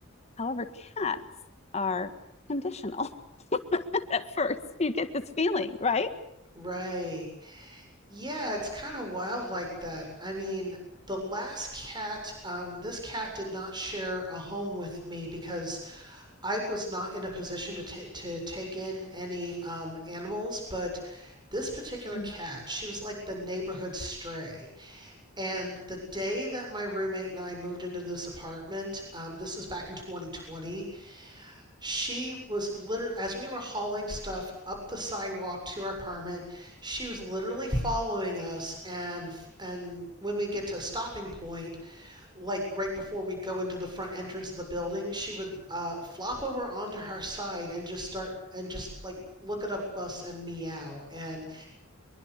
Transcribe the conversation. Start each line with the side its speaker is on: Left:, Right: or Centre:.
Left: However, cats are conditional <laughs> at first. You get this feeling, right?
Right: right yeah it's kind of wild like that i mean the last cat um, this cat did not share a home with me because I was not in a position to ta- to take in any um, animals, but this particular
Left: Mhm.
Right: cat, she was like the neighborhood stray. And the day that my roommate and I moved into this apartment, um, this was back in 2020, she was literally, as we were hauling stuff up the sidewalk to our apartment, she was literally following us. And, and when we get to a stopping point, like right before we go into the front entrance of the building, she would uh, flop over onto her side and just start and just like look at us and meow. And